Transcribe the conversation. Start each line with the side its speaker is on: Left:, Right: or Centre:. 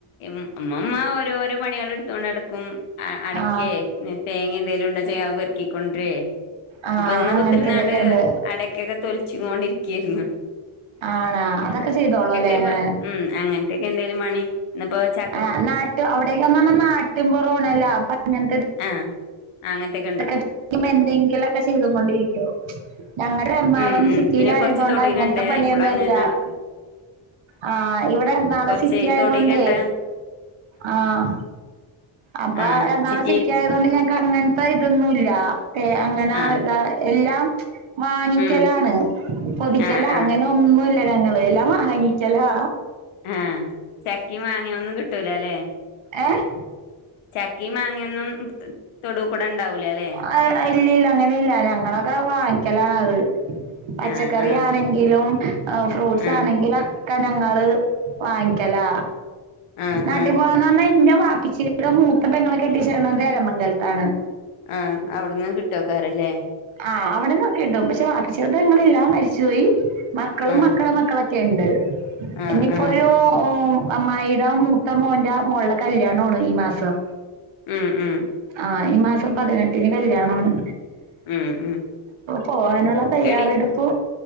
Left: ഇമ്മമ്മ ഓരോര പണ്യാള് എടുത്തോണ്ടടക്കും ആഹ് അടയ്ക്കേ
Right: ആ
Left: ഞ് തേങ്ങേഎന്തെലുണ്ടേച്ചാഅഅ് പെർക്കിക്കൊൺണ്ട്ര്യാെ
Right: ആ
Left: ഇപ്പൊഇന്ന്കുത്തിര്ന്നാണ്ട്
Right: അങ്ങനത്തെ ഇതൊക്കെയുണ്ട്
Left: അടക്കെക്കെതൊലിച്ച് കോണ്ടിരിക്ക്യായര്ന്ന്
Right: ആണാ അതൊക്കെ ചെയ്തോളോല്ലേ
Left: ഒരു
Right: അങ്ങനെ
Left: ഉം അങ്ങൻത്തെക്കെന്തെലും പണി ഇന്ന്പ്പോചക്
Right: ആഹ് നാട്ട് അവ്ടെക്കെന്നന്ന ന്നാട്ടുംപൊറോണല്ലോ അപ്പൊ അങ്ങനത്തത്
Left: ആഹ് അങ്ങത്തെക്ക്
Right: ക്കെ എന്തെങ്കിലുക്കെ ചെയ്തുകൊണ്ടിരിക്കും ഞങ്ങട് ഇതേർണാളം
Left: ഉം ഉം
Right: സിറ്റീലായതോണ്ട്
Left: പിന്നെ കൊറച്ച് തൊടുകണ്ട്
Right: അങ്ങൻത്തെ പണിയൊന്നുംഅല്ല
Left: ആയിക്കൂടെ അങ്ങനെ നടക്ക്
Right: ആഹ് ഇവിടെഎർണാളം
Left: കൊറച്ച്
Right: സിറ്റി ആയതോണ്ടേ
Left: തൊടുകണ്ട
Right: ആഹ് അപ്പ
Left: ആഹ്
Right: എറണാളം
Left: സിറ്റിയിൽ
Right: സിറ്റിയ തോണ്ട് ഞങ്ങക്ക്അങ്ങൻത്തെ ഇതൊന്നുല്ല ഏ അങ്ങനെ
Left: ആഹ്
Right: ഇതാഎല്ലാം വാങ്ങിക്കലാണ്
Left: ഉം
Right: പൊതിക്കലാേ
Left: ആഹ് ആഹ്
Right: അങ്ങനെ ന്നുല്ല ഞങ്ങള് എല്ലാംവാങ്ങിക്കലാ
Left: ആഹ് ചക്കീം മാങ്ങീം ഒന്നും കിട്ടൂലല്ലേ
Right: ഏഹ്
Left: ചക്കീം മാങ്ങ്യെന്നും തൊടൂകുടെണ്ടാവൂലല്ലേ
Right: ആഹ് ഇല്ല ഇല്ല അങ്ങനില്ല ഞങ്ങളൊക്കെ വാങ്ങിക്കലാണത് പച്ചക്കറിയാണെക്
Left: ആഹ് ആഹ്
Right: ങ്കിലും ഹ് ഫ്രൂട്ട്സാണെങ്കിലൊക്കെ
Left: ആഹ്
Right: ഞങ്ങള് വാങ്ങിക്കലാ
Left: ആഹ്
Right: നാട്ടിൻപൊറന്ന്
Left: ആഹ്
Right: പറഞ്ഞാ ഇന്റെ വാപ്പിച്ചീടെ മൂത്തപെങ്ങെളെ കെട്ടിച്ചേക്ക്ണത് എരമംഗൽത്താണ്
Left: ആഹ് അവിട്ന്നും കിട്ടോക്കാരംല്ലേ
Right: ആഹ് അവിടെന്നൊക്കെടും പക്ഷെ വാപ്പച്ചീടെ പെങ്ങളില്ല മരിച്ചുപോയി മക്കളും
Left: ആഹ്
Right: മക്കളെ മക്കളൊ ക്കെണ്ട്
Left: ആഹ്
Right: ഇന്നിപ്പോരു
Left: ആഹ്
Right: ഏഹ് അമ്മായിട മൂത്ത മോന്റ മോൾട കല്യാണ്വാണ് ഈ മാസം
Left: ഉം ഉം
Right: ആഹ് ഈ മാസം പതിനെട്ടിന് കല്യാണ്വാണ്
Left: ഉം ഉം
Right: പോവാനൊള്ള തയ്യാറെടുപ്പു
Left: എടി